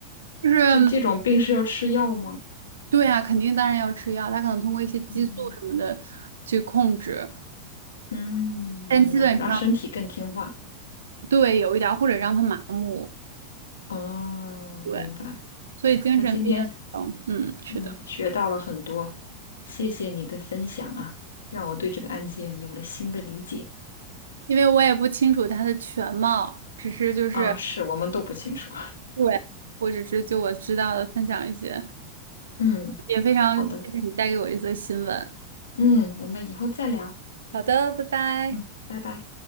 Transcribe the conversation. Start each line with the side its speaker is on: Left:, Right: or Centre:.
Right: 就是
Left: 这这种病是要吃药吗？
Right: 对啊，肯定当然要吃药，他可能通过一些激素什么的去控制，
Left: 嗯嗯，
Right: 但基本上。
Left: 明白，让身体更听话。
Right: 对，有一点儿，或者让他麻木，
Left: 哦，
Right: 对，
Left: 明白。
Right: 所以精神病院这种嗯，
Left: 那今天
Right: 是的，
Left: 嗯学到了很多，谢谢你的分享啊，让我对这个案件有了新的理解。
Right: 因为我也不清楚他的全貌，只是就是，
Left: 啊，是我们都不清楚。
Right: 对，我只是就我知道的分享一些，
Left: 嗯，
Right: 也非常谢谢你带给我这则新闻。
Left: 好的，嗯，我们以后再聊。
Right: 好的，拜拜。
Left: 嗯，拜拜。